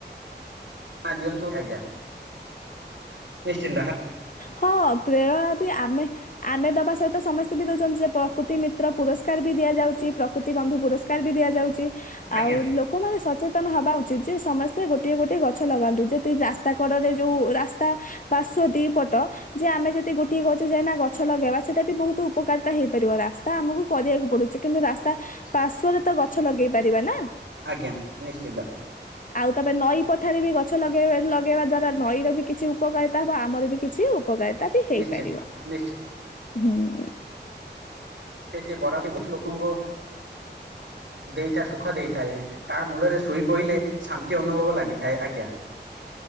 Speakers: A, on the right; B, on the left.
A: ହଁ ଦିଅନ୍ତୁ ଆଜ୍ଞା। ନିଶ୍ଚିନ୍ତ
B: ହଁ ପ୍ରେରଣା ବି ଆମେ ଆମେ ଦବା ସହିତ ସମସ୍ତେ ବି ଦଉଛନ୍ତି। ଯେ ପ୍ରକୃତି ମିତ୍ର ପୁରସ୍କାର ବି ଦିଆଯାଉଛି ପ୍ରକୃତି ବନ୍ଧୁ ପୁରସ୍କାର ବି ଦିଆଯାଉଛି।
A: ଆଜ୍ଞା
B: ଆଉ ଲୋକମାନେ ସଚେତନ ହବା ଉଚିତ୍ ଯେ ସମସ୍ତ ସ୍ତେ ଗୋଟିଏ ଗୋଟିଏ ଗଛ ଲଗାନ୍ତୁ ଯଦି ରାସ୍ତା କଡରେ ଯୋଉ ରାସ୍ତା ପାର୍ଶ୍ଵ ଦି ପଟ ଯେ ଆମେ ଯଦି ଗୋଟେ ଗଛ ଯ ଗଛ ଲଗେଇବା ସେଟା ବି ବହୁତ ଉପକାରିତା ହେଇପାରିବ ରାସ୍ତା ଆମକୁ କରିଆକୁ ପଡୁଚି କିନ୍ତୁ ରାସ୍ତା ପାର୍ଶ୍ୱରେ ତ ଗଛ ଲଗେଇ ପାରିବା ନା।
A: ଆଜ୍ଞା ନିଶ୍ଚିତ।
B: ଆଉ ତାପରେ ନଈ ପଠାରେ ବି ଗଛ ଲଗେଇ ଲଗେଇବା ଦ୍ଵାରା ନଈର ବି କିଛି ଉପକାରିତା ହେବ ଆମର ବି କିଛି ଉପକାରିତା ବି ହେଇପାରିବ
A: ନିଶ୍ଚିନ୍ତ ନିଶ୍ଚିନ୍ତ
B: ହୁଁ।
A: ସେ ବରା ବହୁ ଲୋକଙ୍କୁ ଦେଇଥାଏ ସୁଖ ଦେଇଥାଏ। ତା ମୂଳରେ ଶୋଇ ପଇଲେ ଶାନ୍ତି ଅନୁଭବ ଲାଗିଥାଏ। ଆଜ୍ଞା।